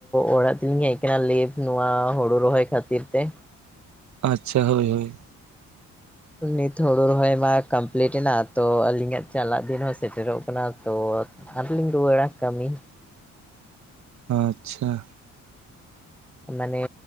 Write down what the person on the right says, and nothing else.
ᱟᱪᱪᱷᱟ ᱦᱳᱭ ᱦᱳᱭ ᱾
ᱟᱪᱪᱷᱟ ᱾